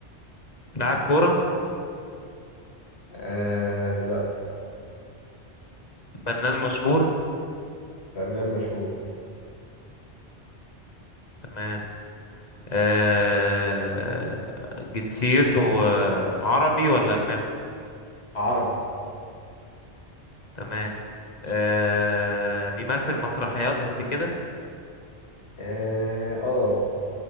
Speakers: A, on the left; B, on the left.
A: لاعب كورة
B: آه لا
A: فنان مشهور
B: فنان مشهور
A: تمام آه... جنسيته آه، عربي ولا أجنبي
B: عربي
A: تمام آه... بيمثل مسرحيات قبل كده
B: اه آه.